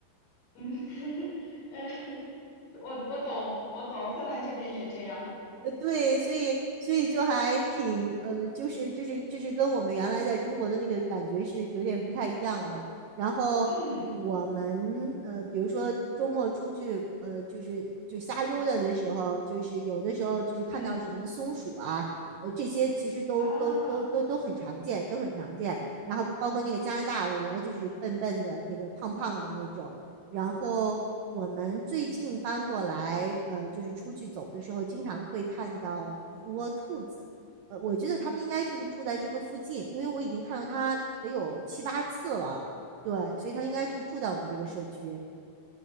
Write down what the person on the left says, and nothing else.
嗯，<laughs> 呃，我我懂，我懂，芬兰这边也这样。
嗯
嗯
啊